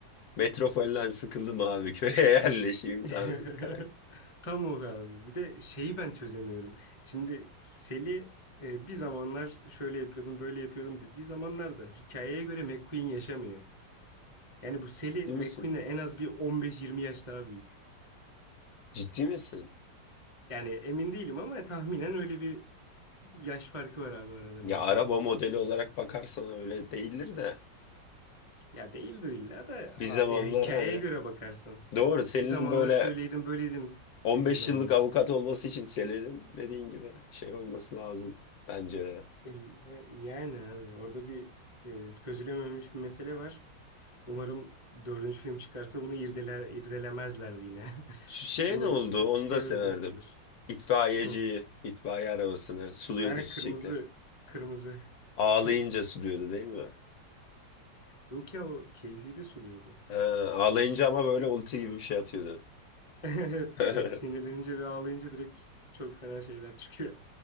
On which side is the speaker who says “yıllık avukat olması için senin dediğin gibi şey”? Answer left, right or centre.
Left